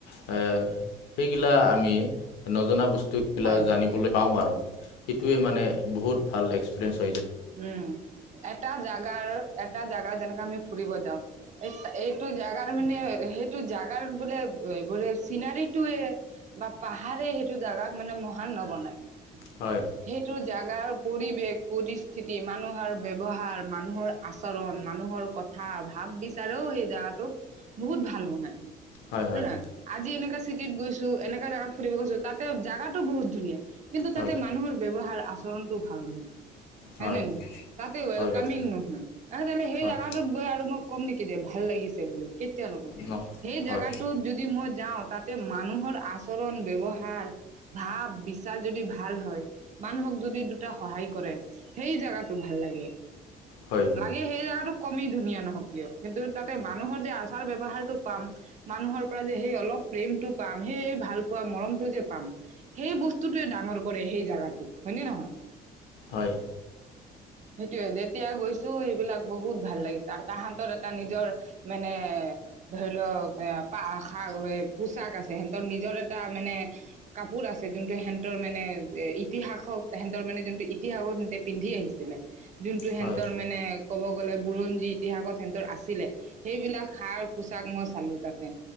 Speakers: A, on the left; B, on the right.
A: এৰ সেইগিলা আমি বস্তু বিলাক
B: হয়
A: জানিবলে পাওঁ আৰু সেইটোে মানে বহুত ভাল এক্সপ্ৰিয়েন মানে
B: উম এটা জাগাৰ এটা জাগা যেনেকে আমি ফুৰিব যাওঁ এইটো জোগাৰ মানে সেইটো জাগাৰ বোলে বো চিনাৰিটো বা পাহাৰে সেইটো জাগাক মানে মহান নবনায়।
A: হয়
B: সেইটো জাগাৰ পৰিৱেশ প্ৰতি স্থিতি মানুহৰ ব্যৱহাৰ মানুহৰ আচৰণ মানুহৰ কথা ভাব বিচাৰেও সেই জেগা বহুত ভাল বনাই
A: হয় হয়
B: জ আজি এনেকা চিটিত গৈছো এনেকা জাগাত ফুৰিব গৈছো তাতে জাগগাতো বহুত ধুনীয়া কিন্তু
A: হয়
B: তাতে মানুহৰ ব্যয়হাৰ আছে চৰণটো ভাল নহয়। হ
A: হয়
B: ন নহ তাতে ৱেলকামিং
A: হয় হয়
B: নহয়লে সেই
A: হয়
B: জাগগাটোত গৈ আৰু মই কম নেকি যে ভাল লাগিছে বুলি কেতিয়াও নক'ম
A: ন
B: সেই জেগাটোত
A: হয়
B: যদি মই যাওঁ তাতে মানুহৰ আচৰণ ব্যৱহাৰ ভাৱ বিচাৰ যদি ভাল হয় মানুহৰ দুটা সহায় কৰেই সেই জেগাটো ভাল লৈ
A: হয়
B: লাগে কমি ধুনীয়া নহওক কিয় কিন্তু তাতে মানুহৰ যে আচাৰ ব্যৱহাৰটো পাম মানুহৰ পৰা যে সেই অলপ প্ৰেমটো পাম সেই ভাল পোৱা মৰমটো যে পাম সেই বস্তুটোৱে ডাঙৰ কৰে সেই জাগাটো হয় ন নহয়
A: হয়',
B: সেইটোয়ে যেতিয়া গৈছোঁ সেইবিলাক বহুত ভাল লাগিছে আৰু তাহতৰ এটা নিজৰ মানে অ', ধৰি লওক এ পাক পোছাক আছে সিহঁতৰ নিজৰ এটা মানে কাপ কাপোৰ আছে যোনটো হেনতৰ মানে ইতিহাসত হেনতৰ মানে যোনটো ইতিহাসত হেনতে পিন্ধি আহিছিলে যোনটো হেনতৰ
A: হয় হয়
B: মানে ক'ব গ গ'লে বুৰঞ্জী ইতিহাসত হেনতৰ আছিলে সেইবিলাক সাৰ পোছাক মই চালো তাতে